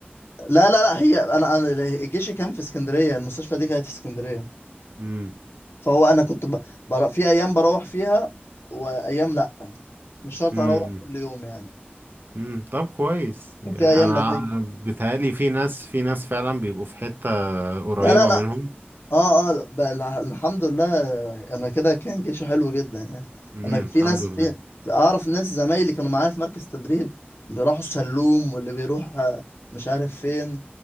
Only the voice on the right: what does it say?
امم
امم
امم.
امم طب كويس يعني
انا
مم. أنا بيتهيألي في ناس في ناس فعلا بيبقوا في حتة قريبة
منهم
امم
الحمد
لله